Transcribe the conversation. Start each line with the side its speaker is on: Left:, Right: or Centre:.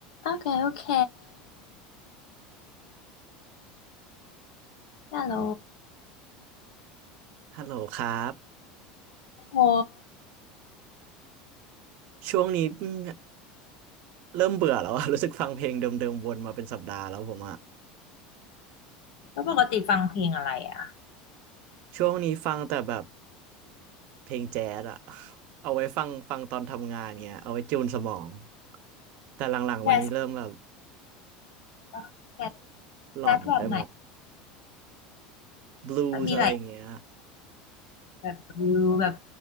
Left: OK OK ฮัลโหล
Right: ฮัลโหลครับ
Left: ผม
Right: ช่วงนี้อืมเริ่มเบื่อแล้วอะ <laughs> รู้สึกฟังเพลงเดิมๆวนมาเป็นสัปดาห์แล้วผมอะ
Left: แล้วปกติฟังเพลงอะไรอ่ะ
Right: ช่วงนี้ฟังแต่แบบเพลงแจ๊สอะ <laughs> เอาไว้ฟังฟังตอนทำงานเงี้ยเอาไว้จูนสมองแต่หลังๆวันนี้เริ่มแบบ
Left: แจ๊สปะแจ๊ส
Right: หลอนไปหมด
Left: แจ๊สแบบไหน
Right: บลูส์อะไรอย่างเงี้ย
Left: มันมีหลายแบบวิวแบบ